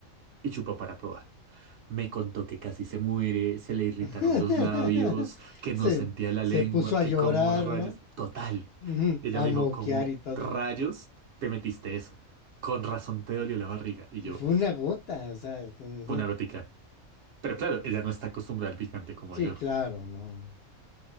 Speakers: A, on the right; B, on the left.
A: y chupó para probar. Me contó que casi se muere, se le irritaron
B: <laughs>
A: los labios, que
B: Se,
A: no sentía la
B: se
A: lengua,
B: puso a
A: que
B: llorar,
A: como rayos...
B: ¿no?
A: Total.
B: Ujú,
A: Ella
B: A
A: me
B: moquear
A: dijo, ¿cómo
B: y todo.
A: rayos te metiste eso? Con razón te dolió la barriga. Y yo,
B: Y fue una gota, o sea, <laughs>
A: fue una gotica. Pero claro, ella no está acostumbrada al picante como
B: Sí,
A: yo.
B: claro, no.